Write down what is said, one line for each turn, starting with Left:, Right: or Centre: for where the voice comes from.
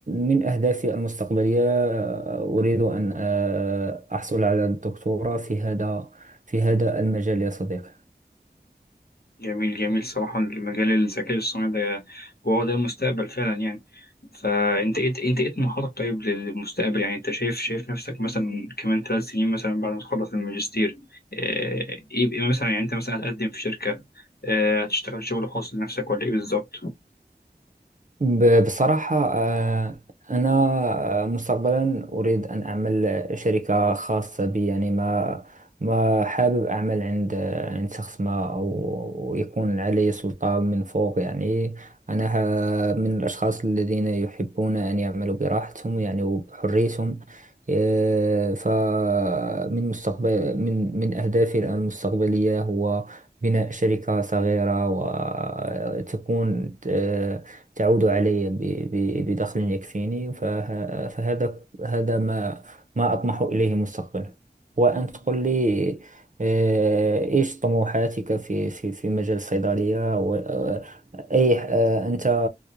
Right: من أهدافي المستقبلية آه، أريد أن آه، أحصل على الدكتوراه في هذا في هذا المجال يا صديقي
Left: جميل جميل صراحة المجال الذكاء الصناعي ده هو ده المستقبل فعلا يعني فأنت إيه أنت إيه طموحاتك طيب للمستقبل يعني أنت شايف شايف نفسك مثلا كمان ثلاث سنين مثلا بعد ما تخلص الماجستير آه، إيه إيه مثلا يعني أنت مثلا هتقدم في شركة آه، هتشتغل شغل خاص لنفسك ولا إيه بالظبط؟
Right: ب- بصراحة آه، أنا آه، مستقبلا أريد أن أعمل شركة خاصة بي يعني ما ما حابب أعمل عند عند شخص ما أو يكون علي سلطة من فوق يعني أنا ه- من الأشخاص الذين يحبون أن يعملوا براحتهم يعني وبحريتهم آه، فمن مستقبل من من أهدافي المستقبلية هو بناء شركة صغيرة وتكون آه، تعود علي ب- ب- بدخل يكفيني فه- فهذا هذا ما ما أطمح إليه مستقبلا وأن تقول لي آه، إيش طموحاتك في في في مجال الصيدلية و- آه، أي آه، أنت